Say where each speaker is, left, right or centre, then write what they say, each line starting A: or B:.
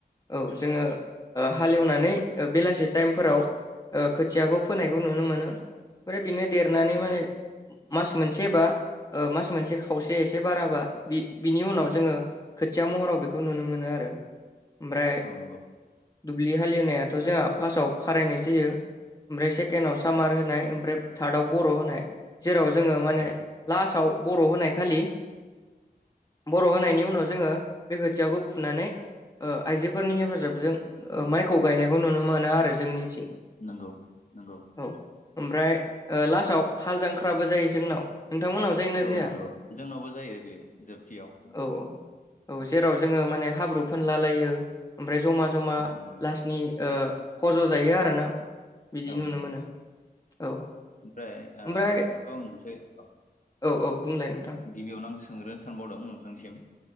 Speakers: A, on the left; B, on the left.
A: औ जोङो हालेवनानै बेलासि टाइमफोराव खोथियाखौ फोनायखौ नुनो मोनो ओमफ्राय बिनो देरनानै
B: औ
A: माने मास मोनसेबा मास मोनसे खावसे एसे बाराबा बि बिनि उनाव जोङो खोथिया महराव बेखौ नुनो मोनो आरो ओमफ्राय
B: औ नंगौ
A: दुब्लि हालिवनायाथ' जोंहा फार्स्टआव खारायनाय जायो ओमफ्राय सेकेणडआव सामार होनाय ओमफ्राय थार्डआव बर' होनाय जेराव जोङो माने
B: औ
A: लास्टाव बर' होनाय खालि बर' होनायनि उनाव जोङो बे खोथियाखौ फुनानै आइजोफोरनि हेफाजाबजों माइखौ गायनायखौ नुनो मोनो आरो जोंनिथिं
B: नंगौ नंगौ
A: औ ओमफ्राय लास्टाव हाल जांख्राबो जायो जोंनाव नोंथांमोननाव जायोना
B: औ
A: जाया
B: नंगौ जोंनावबो जायो बे जोबथियाव
A: औ औ औ जेराव जोङो माने हाब्रु फोनला लायो ओमफ्राय जमा जमा
B: औ नंगौ
A: लास्टनि फज' जायो आरोना बिदि
B: औ
A: नुनो
B: नंगौ
A: मोनो औ
B: ओमफ्राय
A: ओमफ्राय
B: नोंथांखौ आं मोनस औ
A: औ औ बुंलाय नोंथां
B: गिबियावनो आं सोंग्रोनो सानबावदों नोंथांसिम